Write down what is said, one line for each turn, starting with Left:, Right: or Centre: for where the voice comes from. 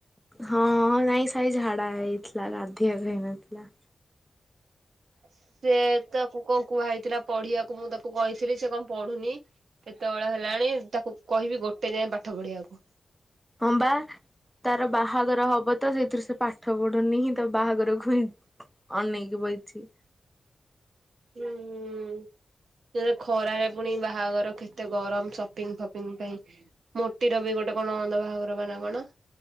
Centre: ହଁ, ନାଇଁ ସାଇ ଝାଡା ଯାଇଥିଲା ଗାଧେଇବା ପାଇଁ ଯାଇନଥିଲା!
Right: ସେ ତାକୁ କଣ କୁହା ଯାଇଥିଲା ପଢିବାକୁ, ମୁଁ ତାକୁ କହିଥିଲି ସେ କଣ ପଢୁନି ଏତେବେଳ ହେଲାଣି ତାକୁ କହିବି ଗୋଟେ ଯାଏଁ ପାଠ ପଢିବାକୁ!
Centre: ଅମ୍ବା ତାର ବାହାଘର ହବ ତ, ସେଇଥିରୁ ସେ ପାଠ ପଢୁନି, ହିଁ ତ ବାହାଘରକୁ ଅନେଇକି ବଇଚି
Right: ହୁଁ ଖରାରେ ପୁଣି ବାହାଘର କେତେ ଗରମ, ସପିଙ୍ଗ ଫପିଙ୍ଗ ପାଇଁ! ମୂ ଟିର ବି ଗୋଟେ କଣ ନଣନ୍ଦ ବାହାଘର ବା ନା କଣ?